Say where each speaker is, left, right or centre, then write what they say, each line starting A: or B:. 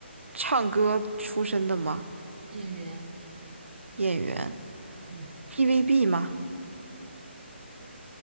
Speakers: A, on the right; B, on the right.
A: 唱歌出身的吗？
B: 演员，
A: 演员
B: 嗯，
A: ，TVB 吗？
B: 不